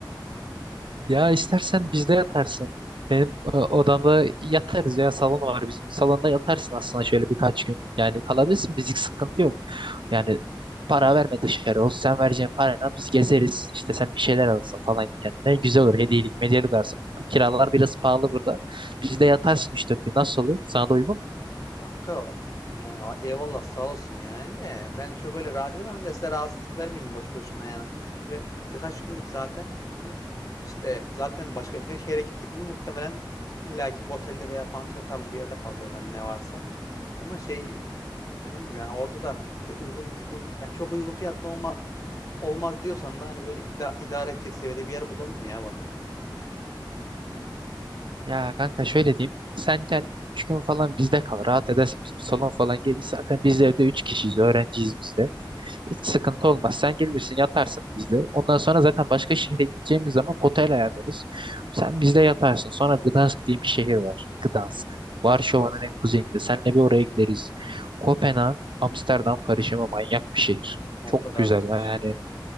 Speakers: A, on the right; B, on the left.
A: Ya istersen bizde yatarsın. Benim e, odamda yatarız ya salon var bizim. Salonda yatarsın aslında şöyle birkaç gün. Yani kalabilirsin fizik sıkıntı yok. Yani para verme dışarı. O sen vereceğin parayla biz gezeriz. İşte sen bir şeyler alırsın falan kendine. Güzel olur. Hediyelik medyelik alırsın. Kiralar biraz pahalı burada. Bizde yatarsın üç dört. gün. Nasıl olur? Sana da uygun mu?
B: Kanka yani a- eyvallah sağ olsun yani de ben çok öyle rahat edemem de size rahatsızlık vermeyeyim boş boşuna yani. Böyle birkaç günlük zaten e, işte zaten başka şe- şehre gittik mi muhtemelen illaki bir otelde veya pansiyon tarzı bir yerde kalacağız hani ne varsa. Ama şey dediğim gibi yani orada da işte uygun bir uygu- yani çok uygun fiyatlı olma, olmaz diyorsan da hani böyle ida- idare edecek seviyede bir yer bulalım ya bana.
A: Ya kanka şöyle diyeyim. Sen gel 3 gün falan bizde kal. Rahat edersin. Bizim salon falan geniş. Zaten biz evde 3 kişiyiz. Öğrenciyiz biz de. Hiç sıkıntı olmaz. Sen gelirsin yatarsın bizde. Ondan sonra zaten başka şehre gideceğimiz zaman otel ayarlarız. Sen bizde yatarsın. Sonra Gdansk diye bir şehir var. Gdansk. Varşova'nın
B: Biraz.
A: en kuzeyinde. Seninle bir oraya gideriz. Kopenhag, Amsterdam karışımı manyak bir şehir.
B: O
A: Çok
B: kadar
A: güzel. Yani
B: diyorsun.